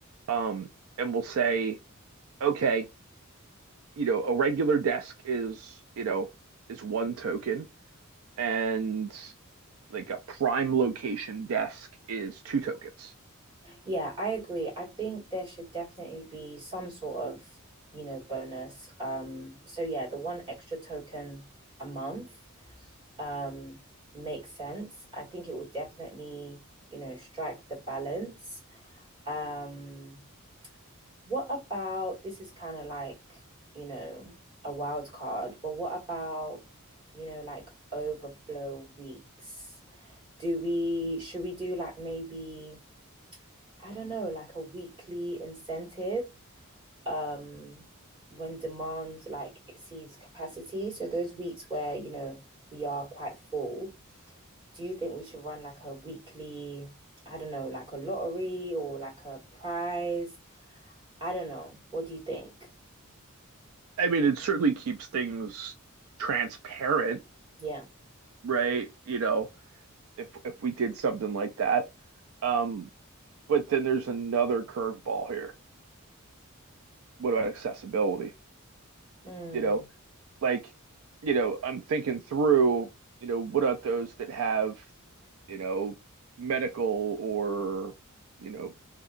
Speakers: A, on the right; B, on the right.
A: Um, and we'll say, okay, you know, a regular desk is, you know, is one token and like a prime location desk is two tokens.
B: yeah, I agree. I think there should definitely be some sort of, you know, bonus. Um, so yeah, the one extra token a month, um, makes sense. I think it will definitely, you know, strike the balance. Um, What about this is kind of like, you know, a wild card, but what about, you know, like overflow weeks? Do we, should we do like maybe, I don't know, like a weekly incentive, um, when demand like exceeds capacity? So those weeks where, you know, we are quite full, do you think we should run like a weekly, I don't know, like a lottery or like a prize? I don't know. What do you think?
A: I mean, it certainly keeps things transparent,
B: Yeah.
A: right? You know, if if we did something like that. Um, but then there's another curveball here. What about accessibility?
B: Mm,
A: You know, like, you know, I'm thinking through, you know, what about those that have, you know, medical or, you know,